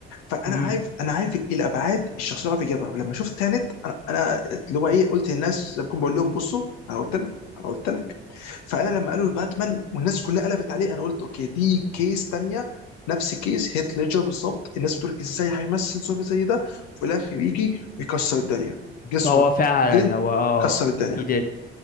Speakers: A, on the left; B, on the left.
A: فانا
B: امم
A: عارف انا عارف ايه الابعاد الشخصيه اللي بيجيبها ولما شفت تانت انا أنا اللي هو ايه قلت للناس زي ما بكون بقول لهم بصوا انا قلت لك انا قلت لك فانا لما قالوا الباتمان والناس كلها قلبت عليه انا قلت اوكي دي كيس تانية نفس كيس هيث ليدجر بالظبط الناس بتقول ازاي هيمثل زومبي زي ده وفي الاخر يجي ويكسر الدنيا جس
B: هو
A: وات
B: فعلا
A: جه
B: هو اه
A: كسر الدنيا
B: he did